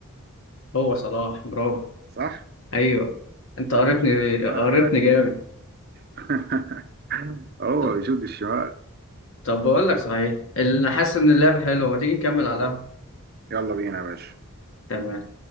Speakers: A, on the left; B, on the right.
A: هو صلاح برافو
B: صح
A: أيوه أنت قريتني
B: هو بيشوط بالشمال
A: قريتني
B: يا باشا
A: جامد
B: <laughs> هو
A: طب
B: بيشوط الشمال
A: طب بقول لك صحيح اللي حاسس إن اللعب حلو ما تيجي نكمل على القهوة
B: يلا بينا يا باشا
A: تمام